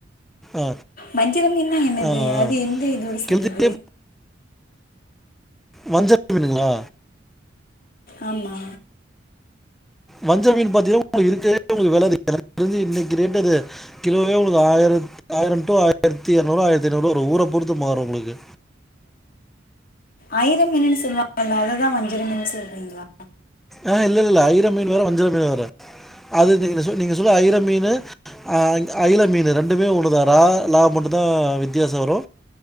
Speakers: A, in the centre; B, on the left.
A: ஆ
B: மஞ்சிர மீன்னா என்னது
A: ஆ ஆ.
B: அது எந்த இதோடு சேந்தது
A: கெளுத்திலே வஞ்சர மீனுங்களா
B: ஆமா
A: வஞ்சர மீன் பாத்தீங்களா ஒங்களுக்கு இருக்கறதே உங்ளுக்கு வெல அதிக எனக்கு தெறிஞ்சு இன்னைக்கி ரேட்டு அது கிலோவே உங்களுக்கு ஆயிரத் ஆயிரோ டூ ஆயிரத்து இநூறுவா ஆயிரத்து ஐநூறுவா வரு ஊர பொறுத்து மாறு உங்ளுக்கு
B: அயிர மீன்னு சொல்லுவாங்கல்ல அத தா வஞ்சிர மீன்னு சொல்றீங்களா
A: ஆ இல்ல இல்ல அயிர மீன் வேற வஞ்சிரோ மீன் வேற அது நீங்க நீங்க சொல்லற அயிர மீனு அ அயில மீனு ரெண்டுமே ஒண்ணுதா ரா லா மட்டு தா வித்தியாச வரு